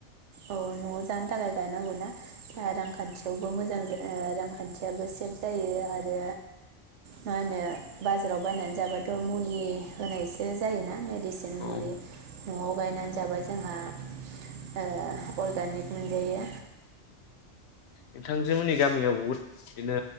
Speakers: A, on the right; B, on the left.
A: औ न'आव जानो थाखाय गायनांगौ ना। जा रांखान्थियावबो मोजां मोजां रांखान्थियाबो सेफ जायो आरो मा होनो बाजाराव बायनानै जाबाथ' मुलि होनायसो जायो ना। मेडिसिन मुलि
B: औ
A: न'आव गायनानै जाबा जोंहा ओ अर्गानिक मोनजायो।
B: नोंथांजो मोननि गामियाव बहुद बिदिनो